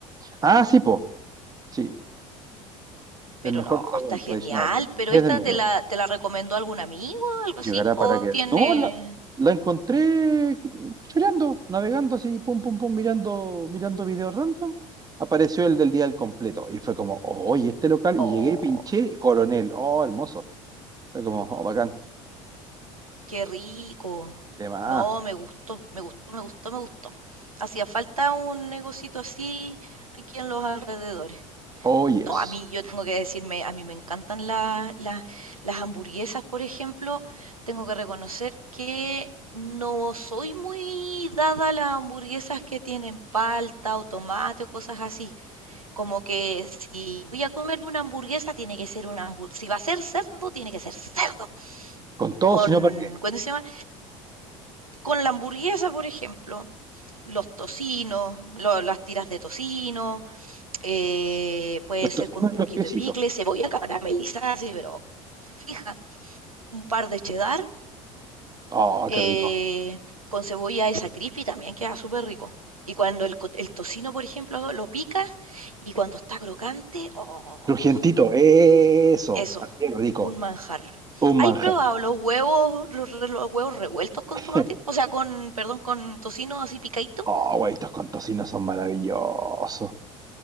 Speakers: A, on the right; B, on the right.
A: ah, sí, po. Sí,
B: Pero
A: el mejor
B: no,
A: sabor
B: está genial.
A: tradicional. El
B: ¿Pero
A: 10
B: esta
A: de enero
B: te la, te la recomendó algún amigo o algo
A: llegará
B: así?
A: para
B: ¿O
A: que.
B: tiene...?
A: No, la, la encontré cachureando, navegando así, pum, pum, pum, mirando, mirando videos random. Apareció el del día del completo y fue como, oh, oye, este local.
B: Oh,
A: Y llegué y pinché Coronel. Oh, hermoso. Fue como, oh, bacán.
B: qué rico.
A: De más.
B: No, me gustó, me gustó, me gustó, me gustó. Hacía falta un negocito así aquí en los alrededores.
A: Oh, yes.
B: No, a mí, yo tengo que decirme, a mí me encantan la- la- las hamburguesas, por ejemplo. Tengo que reconocer que no soy muy dada a las hamburguesas que tienen palta o tomate o cosas así. Como que si voy a comerme una hamburguesa, tiene que ser una hamburguesa. Si va a ser cerdo, tiene que ser cerdo.
A: Con todo,
B: Con,
A: sino para qué.
B: ¿cuándo se llama? Con la hamburguesa, por ejemplo. Los tocinos, lo- las tiras de tocino, eh, puede
A: Los
B: ser
A: tocinos
B: con un poquito
A: y los piecitos.
B: de picle, cebolla caramelizada, así, pero fija, un par de cheddar,
A: Oh,
B: eh,
A: qué rico.
B: con cebolla esa crispy también queda súper rico. Y cuando el, co- el tocino, por ejemplo, lo picas y cuando está crocante, ¡oh!
A: Crujientito, eso.
B: Eso,
A: ah, qué rico.
B: un manjar.
A: Un
B: ¿Hay
A: manjar.
B: probado los huevos, los, re- los huevos revueltos con
A: <laughs>
B: tomate? O sea, con, perdón, con tocino así picadito.
A: Oh, güey, estos con tocino son maravillosos.